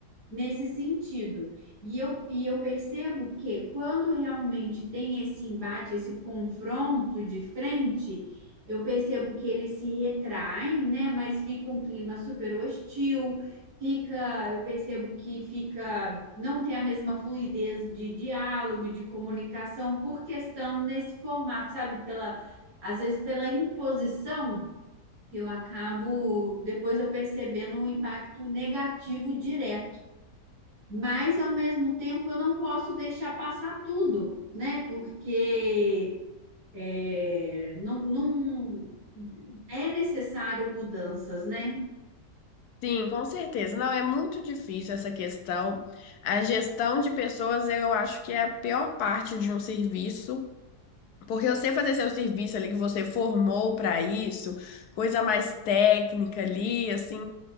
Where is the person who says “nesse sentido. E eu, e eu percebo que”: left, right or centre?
Right